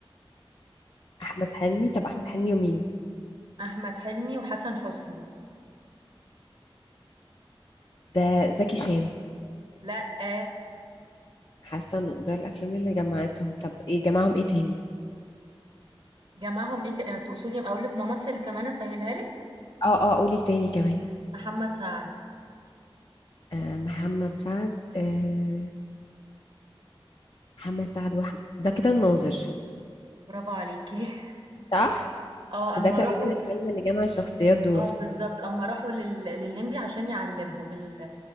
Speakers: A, on the left; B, on the right.
A: احمد حلمي طب احمد حلمي ومين
B: أحمد حلمي وحسن حسني.
A: ده زكي شان
B: لأ،
A: حاسة انه ده الافلام اللي جمعتهم طب ايه جمعهم ايه تاني
B: جمعهم إيه ت تقصدي أقول لِك ممثل كمان أسهّلها لِك؟
A: اه اه قولي تاني كمان
B: محمد سعد.
A: آه محمد سعد آه محمد سعد واحمد ده كده الناظر
B: برافو عليكِ. <laughs>
A: صح
B: آه،
A: بس
B: أمّا
A: ده تقريبا
B: راحوا
A: الفيلم اللي جمع الشخصيات دول
B: آه بالضبط، أمّا راحوا لل لللمبي عشان يعلّمهم ال